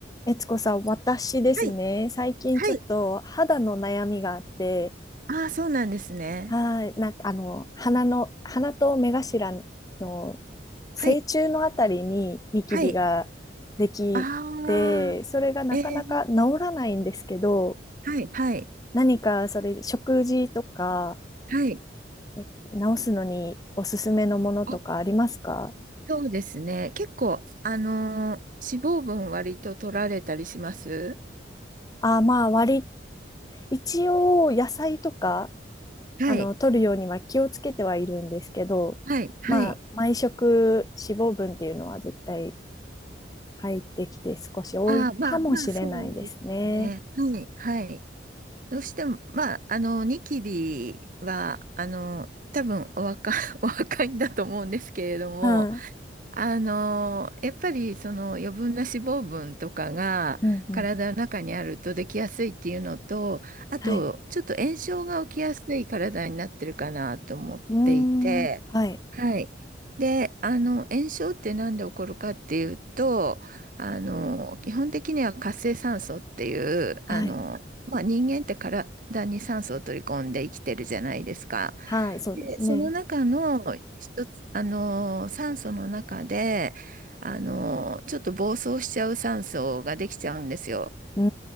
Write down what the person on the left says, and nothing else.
えつこさん、私ですね、
最近ちょっと肌の悩みがあって、
はい、なんかあの、鼻の、鼻と目頭の正中のあたりにニキビができて、
それがなかなか治らないんですけど、
何かそれ、食事とか、
え治すのにおすすめのものとかありますか
あ、まあ、割り、一応野菜とか
あの、取るようには気をつけてはいるんですけど、
まあ、毎食脂肪分っていうのは絶対入ってきて少し多いかもしれないですね。
はい。
うんうん。はい。うーん。はい。はい。
はい。そうですね。
うー